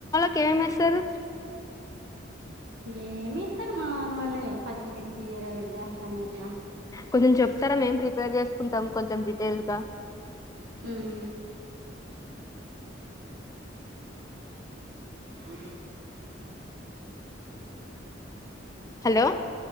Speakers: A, on the left; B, on the right.
A: కేమేశారు?
B: ఏమేత్తారు నార్మలే పచ్చిమిర్చి, ఎర్రగడ్డ, టమేటా.
A: కొంచెం చెప్తరా? మేం ప్రిపేర్ చేసుకుంటాం కొంచెం డిటెయిల్ గా
B: హ్మ్ యెం
A: హలో